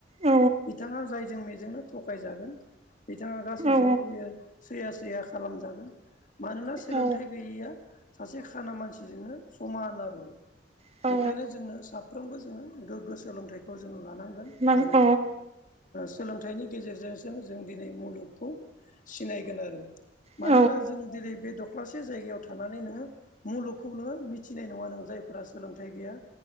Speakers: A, on the right (about 35°); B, on the left (about 50°).
A: औ
B: बिथाङा जायजों मेजोंनो थगायजागोन बिथाङा गासैजोंबो
A: औ
B: बियो सैया सैया खालामजागोन मानोना सोलोंथाइ
A: औ
B: गैयैया सासे खाना मानसिजोंनो समान आरो
A: नों औ
B: बेखायनो जोंनो साफ्रोमबो जोङो गोग्गो सोलोंथाइखौ जोङो लानांगोन
A: नां
B: आरो
A: औ
B: सोलोंथाइनि गेजेरजोंसो जों दिनै मुलुगखौ सिनायगोन आरो मानोना
A: औ
B: जों दिनै बे दख लासे जायगायाव थानानै नोङो मुलुगखौ नोङो मिथिनाय नङा नों जायफोरा सोलोंथाइ गैया